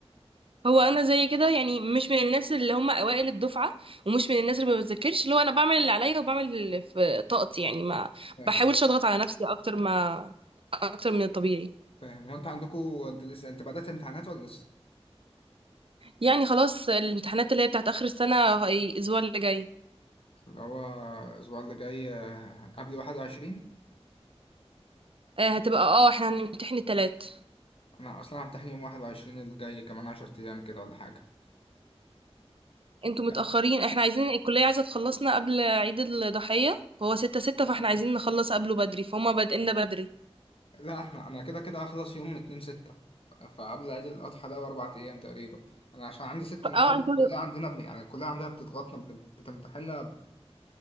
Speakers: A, on the right; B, on the left.
A: هو انا زي كده يعني مش من الناس اللي هم اوائل الدفعه ومش من الناس اللي ما بتذاكرش اللي هو انا بعمل اللي عليا وبعمل اللي في طاقتي يعني ما
B: فاهم
A: بحاولش اضغط على نفسي اكتر ما اكتر من الطبيعي
B: فاهم هو انت عندكم انت لسه انت بدأت امتحانات ولا لسه
A: يعني خلاص الامتحانات اللي هي بتاعت اخر السنه الاسبوع اللي جاي
B: اللي هو الاسبوع اللي جاي آه، قبل 21
A: آه، هتبقى اه احنا هنمتحن التلات
B: انا اصلا همتحن يوم 21 الجاي كمان 10 ايام كده ولا حاجه
A: انتوا متأخرين
B: لا
A: احنا عايزين الكلية عايزة تخلصنا قبل عيد الضحية هو ستة ستة فاحنا عايزين نخلص قبله بدري فهم بادئنا بدري
B: لا، احنا انا كده كده هخلص يوم 2 6 فقبل عيد الاضحى ده باربع ايام تقريبا انا عشان عندي ست
A: ف-
B: مواد
A: اه انتوا
B: الكليه عندنا بم... يعني الكليه عندنا بتضغطنا بن- بتمتحننا